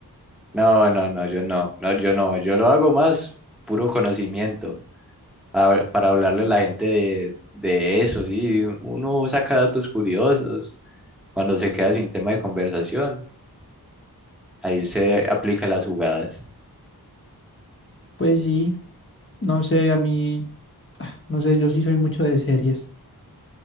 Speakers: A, in the centre; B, on the left (about 30°).
A: No, no, no, yo no, no, yo no, yo lo hago más puro conocimiento. a- para hablarle a la gente de, de eso, sí. Uno saca datos curiosos cuando se queda sin tema de conversación. Ahí se aplica las jugadas.
B: Pues sí, no sé, a mí, no sé, yo sí soy mucho de series.